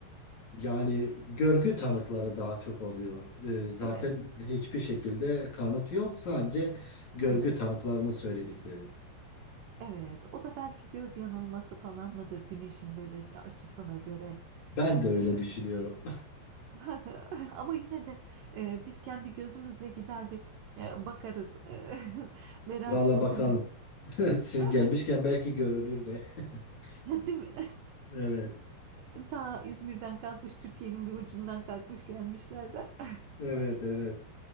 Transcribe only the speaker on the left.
Yani görgü tanıkları daha çok oluyor. E, zaten
hiçbir şekilde kanıt yok, sadece görgü
tanıklarının söyledikleri.
Ben de öyle
düşünüyorum.
<laughs>
Valla bakalım.
<laughs> Siz
gelmişken belki görünür de. <laughs>
Evet.
Evet, evet.